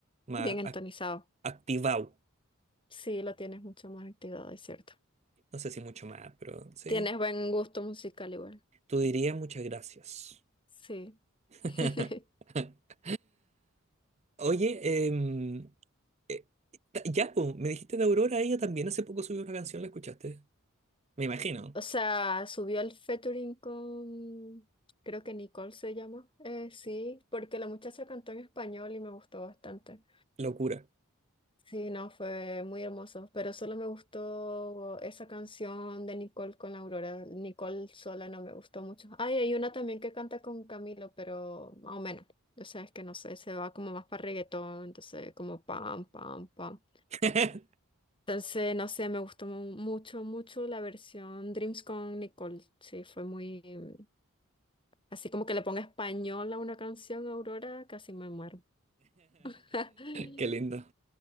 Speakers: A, on the right; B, on the left.
A: más
B: Bien entonizado.
A: ac- activado.
B: Sí, lo tienes mucho más activado, es cierto.
A: No sé si mucho más, pero sí.
B: Tienes buen gusto musical igual.
A: Tú dirías muchas gracias.
B: Sí.
A: <laughs>
B: <laughs>
A: Oye, em, eh, ta- ya, po, me dijiste de Aurora, ella también hace poco subió una canción, ¿la escuchaste? Me imagino.
B: O sea, subió al featuring con, creo que Nicole se llama. Eh, sí, porque la muchacha cantó en español y me gustó bastante.
A: Locura.
B: Sí, no, fue muy hermoso, pero solo me gustó esa canción de Nicole con la Aurora. Nicole sola no me gustó mucho. Ay, hay una también que canta con Camilo, pero más o menos. O sea, es que no sé, se va como más para reggaetón, entonces como pam, pam, pam.
A: <laughs>
B: Entonces, no sé, me gustó mu- mucho, mucho la versión Dreams con Nicole. Sí, fue muy... mm, Así como que le ponga español a una canción, Aurora, casi me muero. <laughs>
A: Qué lindo.